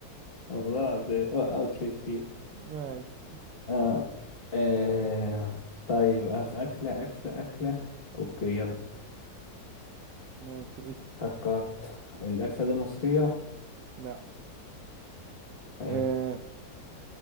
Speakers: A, on the left (about 35°); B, on the right (about 65°).
A: والله العظيم اه اوت في شيء
B: ماشي
A: اه آه، طيب اه في اكله اكله اكله اوكي يلا
B: ماشي اسأل
A: فكرت الاكله دي مصريه
B: لا
A: حلو.
B: آه